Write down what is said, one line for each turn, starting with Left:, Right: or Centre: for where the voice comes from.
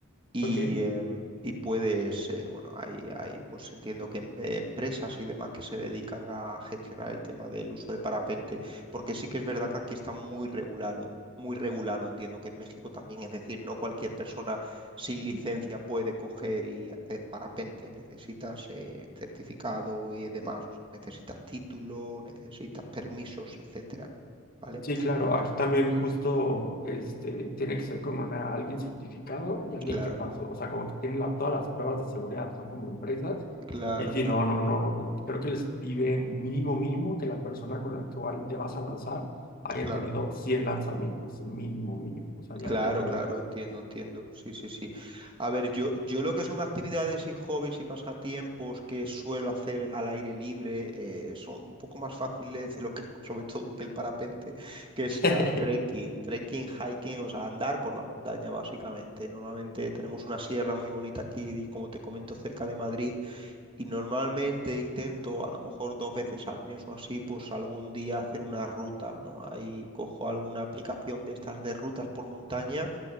Right: y,
Left: ¿ok?
Right: em, y puedes, eh, bueno, hay, hay, pues entiendo que em- eh, empresas y demás que se dedican a gestionar el tema del uso de parapente, porque sí que es verdad que aquí está muy regulado, muy regulado, entiendo que en México también, es decir, no cualquier persona sin licencia puede coger y hacer parapente, necesitas eh, certificado y demás, necesitas título, necesitas permisos, etcétera, ¿vale?
Left: Sí, claro, aquí también justo este, tiene que ser con una, alguien certificado y alguien
Right: Claro,
Left: que pasó, o sea, como que tienen la- todas las pruebas de seguridad, son como empresas,
Right: claro,
Left: y si
Right: claro,
Left: no, no, no, no, creo que les piden mínimo, mínimo que la persona con la cual te vas a lanzar haya
Right: claro.
Left: tenido 100 lanzamientos, mínimo, mínimo, o sea, ya,
Right: Claro,
Left: ya tuve
Right: claro,
Left: que ver.
Right: entiendo, entiendo. Sí, sí, sí. A ver, yo, yo lo que son actividades y hobbies y pasatiempos que suelo hacer al aire libre eh, son un poco más fáciles de lo que, <laughs> sobre todo que el parapente, que es
Left: <laughs>
Right: nada, trekking, trekking, hiking, o sea, andar por la montaña básicamente. Normalmente tenemos una sierra muy bonita aquí, como te comento, cerca de Madrid, y normalmente intento, a lo mejor dos veces al mes o así, pues algún día hacer una ruta, ¿no? Ahí cojo alguna aplicación de estas de rutas por montaña